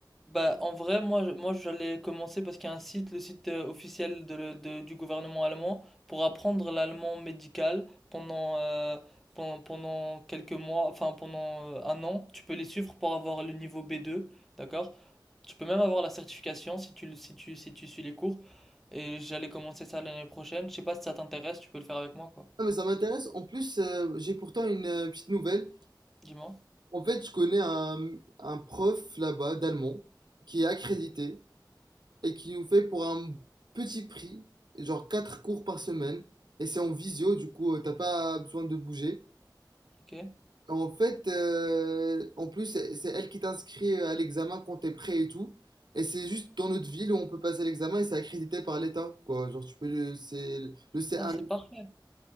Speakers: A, in the centre; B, on the right.
A: Bah en vrai, moi je- moi j'allais commencer parce qu'il y a un site, le site euh, officiel de, le- de- du gouvernement allemand, pour apprendre l'allemand médical pendant, euh, pendant pendant quelques mois, enfin pendant euh, un an, tu peux les suivre pour avoir le niveau B2, d'accord? Tu peux même avoir la certification si tu le- si tu si tu suis les cours. Et j'allais commencer ça l'année prochaine. Je sais pas si ça t'intéresse, tu peux le faire avec moi quoi.
B: Non, mais ça m'intéresse. En plus, euh, j'ai pourtant une euh, petite nouvelle.
A: Dis-moi,
B: En fait, je connais un, un prof là-bas d'allemand qui est accrédité et qui nous fait pour un petit prix, genre 4 cours par semaine. Et c'est en visio, du coup, euh, t'as pas besoin de bouger.
A: ok?
B: En fait, euh, en plus, c'est c'est elle qui t'inscrit euh, à l'examen quand t'es prêt et tout. Et c'est juste dans notre ville où on peut passer l'examen et c'est accrédité par l'État, quoi. Genre, tu peux le, c'est le C1
A: Ah, c'est parfait.